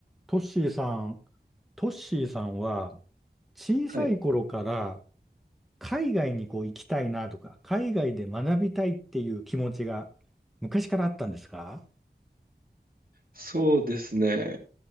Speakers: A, in the centre; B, on the right.
A: トッシーさん、トッシーさんは小さい頃から
B: はい。
A: 海外にこう行きたいなとか、海外で学びたいっていう気持ちが昔からあったんですか
B: そうですね。